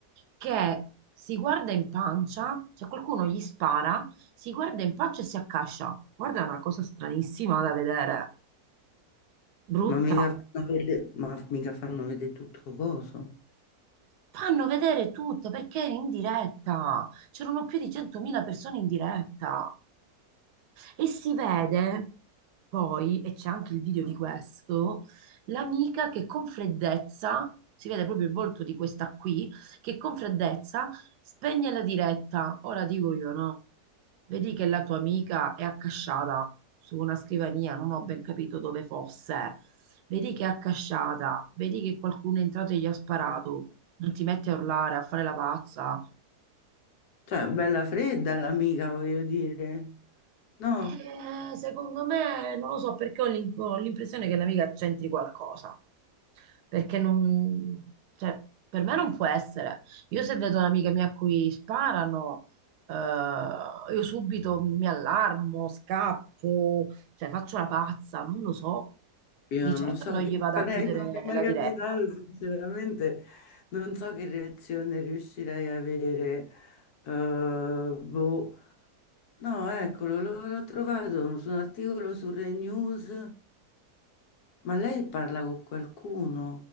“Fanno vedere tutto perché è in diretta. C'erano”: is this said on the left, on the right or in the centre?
Right